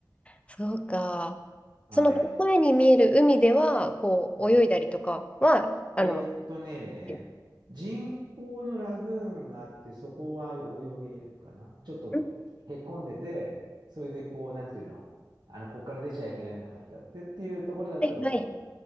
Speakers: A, on the left (about 15°); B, on the right (about 65°).
A: そうか。
B: はい。
A: その前に見える海では、こう、
B: うん
A: 泳いだりとかは、あの、
B: えーっとね、
A: う
B: 人工のラグーンがあって、そこは泳げるかな。ちょっとへこんでて、
A: ん
B: それでこう、なんていうのあの、ここから出ちゃいけないのが貼ってあってっていうところだったら泳げます。
A: はいはい。